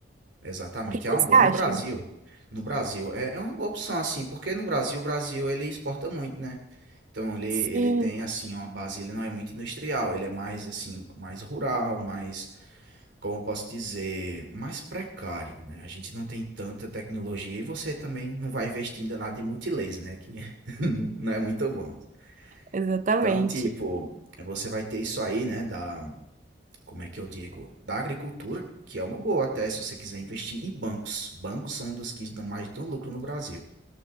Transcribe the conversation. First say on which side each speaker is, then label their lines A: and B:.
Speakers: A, on the right (about 80°); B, on the right (about 40°).
A: Exatamente,
B: O que você
A: é uma boa.
B: acha?
A: No Brasil, no Brasil, é, é uma boa opção, assim, porque no Brasil, o Brasil, ele exporta muito, né? Então, ele, ele
B: Sim,
A: tem, assim, uma base, ele não é muito industrial, ele é mais, assim, mais rural, mais, como eu posso dizer, mais precário, né? A gente não tem tanta tecnologia e você também não vai investir ainda nada em multilaser, né? Que <laughs> não é muito bom.
B: exatamente.
A: Então, tipo, você vai ter isso aí, né, da... como é que eu digo? Da agricultura, que é uma boa até se você quiser investir, e bancos. Bancos são um dos que dão mais dão lucro no Brasil,